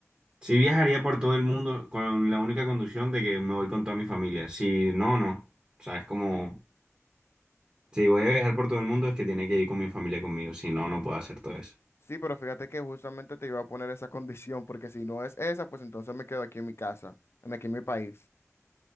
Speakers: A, on the right; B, on the left.
A: sí viajaría por todo el mundo con la única condición de que me voy con toda mi familia, si no, no, o sea, es como, si voy a viajar por todo el mundo es que tiene que ir con mi familia conmigo, si no, no puedo hacer todo eso.
B: Sí, pero fíjate que justamente te iba a poner esa condición, porque si no es esa, pues entonces me quedo aquí en mi casa, en aquí en mi país,